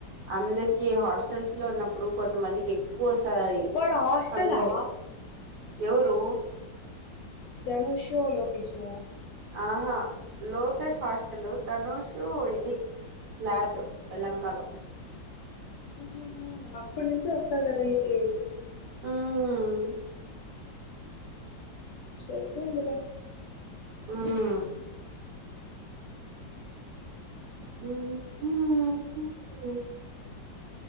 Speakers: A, on the right; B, on the left.
A: అందరికీ ఈ హాస్టల్స్ లో ఉన్నప్పుడు కొంతమందికి ఎక్కువ వస్తది అది
B: వాడు హాస్టలా
A: ఫంగై ఎవరు
B: ధనుష్ ఉ లోకేష్ ఊ
A: ఆహా లోకేష్ హాస్టలు ధనుషు ఇది ఫ్లాట్ యెల్హంక లో
B: ఉహుహు అక్కడి నుంచి వస్తాడ డైలీ
A: ఉమ్...
B: ఉమ్ సరిపోయింది లే
A: ఉమ్ ఉమ్